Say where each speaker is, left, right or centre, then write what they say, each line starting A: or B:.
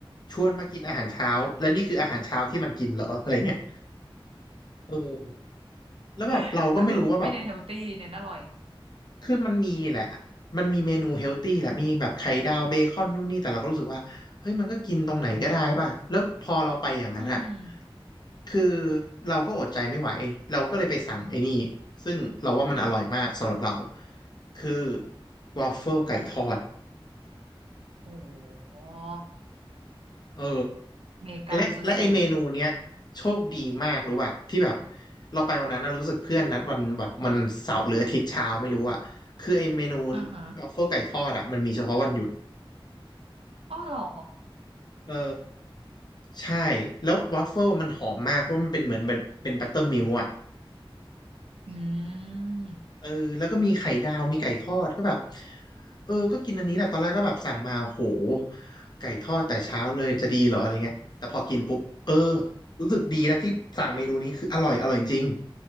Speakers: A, on the left (about 50°); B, on the right (about 85°).
A: ชวนมากินอาหารเช้าและนี่คืออาหารเช้าที่มันกินเหรออะไรเงี้ยเออแล้วแบบเราก็ไม่รู้ว่าแบบ
B: <laughs> ก็คือไม่เน้นเฮลตี้เน้นอร่อย
A: คือมันมีแหละมันมีเมนูเฮลตี้แหละมีแบบไข่ดาวเบคอนนู่นนี่แต่เราก็รู้สึกว่าเฮ้ยมันก็กินตรงไหนก็ได้ป่ะแล้วพอเราไปอย่างนั้นอ่ะ
B: อืม
A: คือเราก็อดใจไม่ไหวเราก็เลยไปสั่งไอ้นี่ซึ่งเราว่ามันอร่อยมากสำหรับเราคือวอฟเฟิลไก่ทอด
B: โอ้โห
A: เออ
B: อเมริกันสุด
A: และและไอเมนูเนี้ยโชคดีมากรู้ป่ะที่แบบเราไปวันนั้นนะรู้สึกเพื่อนนัดวันแบบมันเสาร์หรืออาทิตย์เช้าไม่รู้อ่ะคือไอเมนู
B: ๆอ่าฮะ
A: วัฟเฟิลไก่ทอดอ่ะมันมีเฉพาะวันหยุด
B: อ๋อเหรอ
A: เออใช่แล้ววัฟเฟิลมันหอมมากเพราะมันเป็นเหมือนเป็นเป็นบัตเตอร์มิลอ่ะ
B: อืม
A: เออแล้วก็มีไข่ดาวมีไก่ทอดก็แบบ
B: โอ้
A: เออก็กินอันนี้แหละตอนแรกก็แบบสั่งมาโหไก่ทอดแต่เช้าเลยจะดีเหรออะไรเงี้ยแต่พอกินปุ๊บเออรู้สึกดีแล้วที่สั่งเมนูนี้คืออร่อยอร่อยจริง